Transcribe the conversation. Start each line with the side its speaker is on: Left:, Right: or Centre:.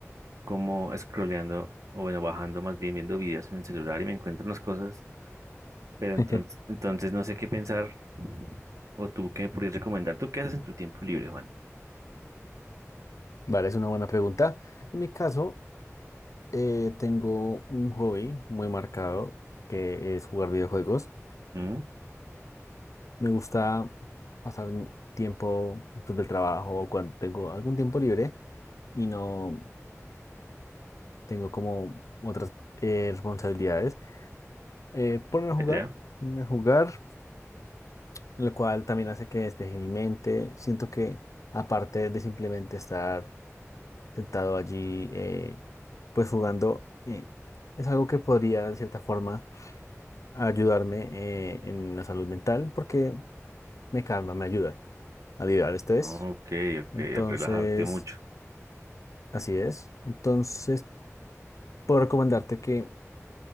Right: como scrolleando, o bueno, bajando más bien, viendo videos en el celular y me encuentro unas cosas, pero entonces,
Left: <laughs>
Right: entonces no sé qué pensar o tú qué me podrías recomendar. ¿Tú qué haces en tu tiempo libre, Juan?
Left: Vale, es una buena pregunta. En mi caso, eh, tengo un hobby muy marcado que es jugar videojuegos.
Right: ¿Mm?
Left: Me gusta pasar mi tiempo después del trabajo o cuando tengo algún tiempo libre y no tengo como otras eh, responsabilidades. Eh, ponerme
Right: ¿Buena
Left: a jugar,
Right: ¿Idea?
Left: ponerme a jugar, lo cual también hace que despeje mi mente. Siento que aparte de simplemente estar sentado allí, eh, pues jugando, eh, es algo que podría de cierta forma ayudarme eh, en la salud mental porque me calma, me ayuda a liberar estrés.
Right: Ok, ok,
Left: Entonces,
Right: relajarte mucho.
Left: así es. Entonces, puedo recomendarte que